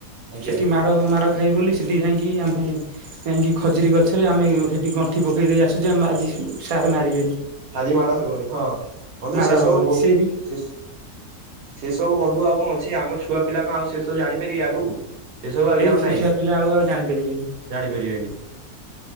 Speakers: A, on the right (about 45°); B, on the right (about 75°).
A: ଆଜ୍ଞା
B: ସେଠି ମାଡ଼ ମାଡ଼ ଖାଇ ବୋଲି ସେଠି ଯାଇକି ଆମେ ଯାଇକି ଖଜୁରୀ ଗଛରେ ଆମେ ସେଠି ଗଣ୍ଠି ପକେଇ ଦେଇେକି ଆସୁ ଯେ ଆମେ ଆଜି ସ୍ୟା ସାର୍ ମାରିବେନି।
A: ଆଜି ମାଡ ହେବନି ହଁ ବନ୍ଧୁ
B: ମାଡ଼
A: ସେ
B: ହବନି
A: ସବୁ ବହୁ
B: ସେ ବି
A: ସେସ୍ ସେସ୍ ତୋ ବନ୍ଧୁ ଆଉ କ'ଣ ଅଛି ଆମ ଛୁ ଛୁଆ ପିଲା କ'ଣ ଆଉ ସେ ସବୁ ଜାଣିପାରିବେ ଆଗକୁ ସେ ସବୁ ଆଜ୍ଞା ଆଉ
B: ସେ
A: ନାହିଁ।
B: ଛୁଆ ପିଲା ଆଉ ଆଉ ଜାଣିପାରିବେନି
A: ଜାଣିପାରିବେନି।